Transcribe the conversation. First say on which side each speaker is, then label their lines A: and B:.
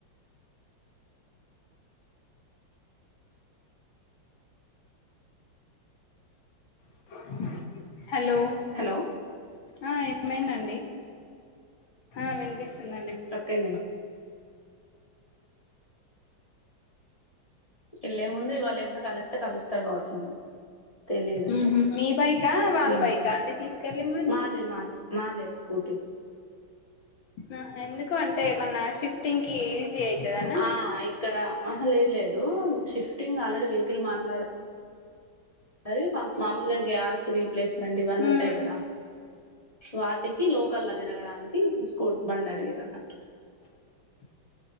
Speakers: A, on the left; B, on the left.
A: <inaudible> hello
B: hello
A: ఆ ఏమైందండి? ఆ వినిపిస్తుందండి.
B: కట్ అయిందండి ఇళ్ళలే ముంది వాళ్లేమన్నా కలిస్తే కలుస్తారు కావచ్చు ఆళ్ళు తెలీదు
A: ఉహు మీ బైకా వాళ్ళ
B: ఉమ్,
A: బైకా అండి తీసుకెళ్ళింది మరి
B: మాదే మాదే మాదే ఏస్ ఓటీ
A: ఆ ఎందుకు అంటే ఏమన్నా షిఫ్టింగ్ కి ఈజీ అయితదనా
B: ఆ ఇక్కడ అహ లేదు లేదు, షిఫ్టింగ్ ఆల్రెడీ వెహికల్ మాట్లాడ టది మ మామూలుగా గ్యాస్ రీప్లేస్మెంట్ ఇవన్నీ ఉంటయి
A: ఉమ్
B: కదా వాట్ టికి లోకల్ల తిరగడానికి స్కూట్ బండ్ అడిగారన్నట్టు
A: <inaudible>